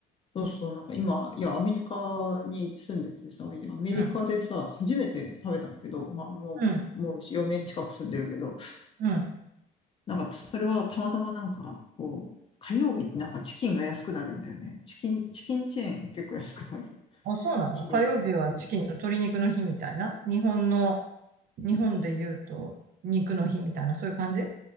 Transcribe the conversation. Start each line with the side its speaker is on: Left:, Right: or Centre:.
Left: そうそう、なんか今、いや、アメリカに住んでてさ、いや、アメリカでさ、
Right: うん、
Left: 初めて食べたんだけど、まあもう、
Right: うん、
Left: もう4年近く住んでるけど、
Right: うん。
Left: なんかそれはたまたまなんか、こう、火曜日ってなんかチキンが安くなるんだよね。チキン、チキンチェーンが結構安くなる
Right: あ、そうなの火曜日はチキンの鶏肉の日みたいな日本の、
Left: 日です。うん。
Right: 日本で言うと肉の日みたいな、そういう感じ